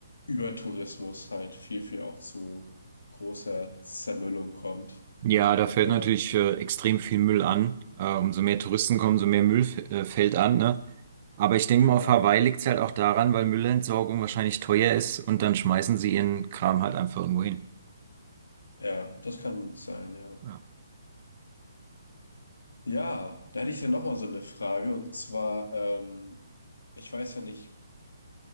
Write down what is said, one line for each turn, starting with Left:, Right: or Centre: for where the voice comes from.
Left: Übertourismus halt viel, viel auch zu großer Zermüllung kommt.
Right: Ja, da fällt
Left: Äh,
Right: natürlich äh, extrem viel Müll an. Äh, umso mehr Touristen kommen, umso mehr Müll f- äh, fällt an, ne? Aber ich denke
Left: genau.
Right: mal, auf Hawaii liegt es halt auch daran, weil Müllentsorgung wahrscheinlich teuer ist und dann schmeißen sie ihren Kram halt einfach irgendwo hin.
Left: Ja, das kann gut sein, ja.
Right: Ja.
Left: Ja, da hätte ich ja nochmal so eine Frage und zwar, ähm, ich weiß ja nicht,